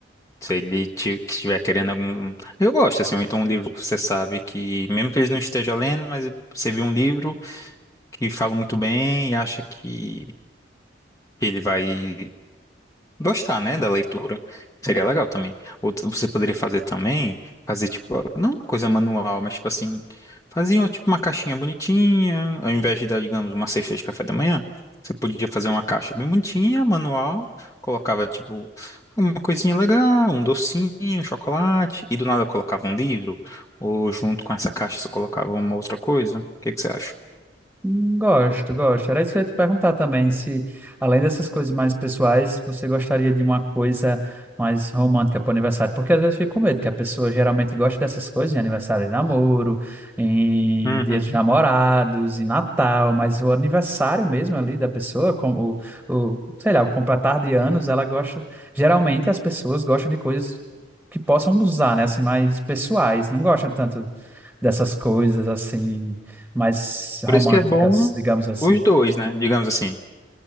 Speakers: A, on the left (about 15°); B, in the centre.
A: Se ele ti- estiver querendo algum. Eu gosto, assim, ou então um livro que você sabe que, mesmo que ele não esteja lendo, mas você viu um livro que fala muito bem e acha que ele vai. gostar, né, da leitura. Seria legal também. Outra, você poderia fazer também, fazer tipo, não uma coisa manual, mas tipo assim, faziam tipo uma caixinha bonitinha, ao invés de dar, digamos, uma cesta de café da manhã, você podia fazer uma caixa bem bonitinha, manual, colocava tipo uma coisinha legal, um docinho, um chocolate, e do nada colocava um livro, ou junto com essa caixa você colocava uma outra coisa. O que que você acha?
B: Hum, Gosto, gosto. Era isso que eu ia te perguntar também, se além dessas coisas mais pessoais, você gostaria de uma coisa mais romântica para o aniversário? Porque às vezes eu fico com medo que a pessoa geralmente gosta dessas coisas em aniversário de namoro, em
A: Uhum.
B: Dia dos Namorados, em Natal, mas o aniversário mesmo ali da pessoa, como o, o, sei lá, o completar de anos, ela gosta, geralmente as pessoas gostam de coisas que possam usar, né, assim, mais pessoais, não gostam tanto dessas coisas assim, mais românticas,
A: Por isso que é bom
B: digamos assim.
A: os dois, né? Digamos assim.